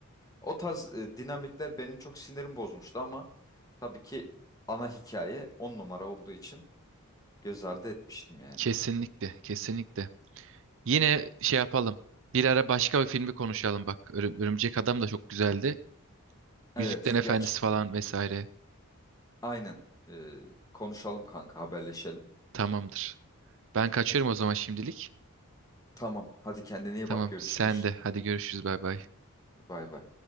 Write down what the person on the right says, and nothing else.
Kesinlikle, kesinlikle. Yine şey yapalım. Bir ara başka bir filmi konuşalım bak. Örü- Örümcek Adam da çok güzeldi.
Yüzüklerin Efendisi
falan vesaire.
Tamamdır. Ben kaçıyorum o zaman şimdilik.
Tamam,
sen de. Hadi görüşürüz. Bay bay.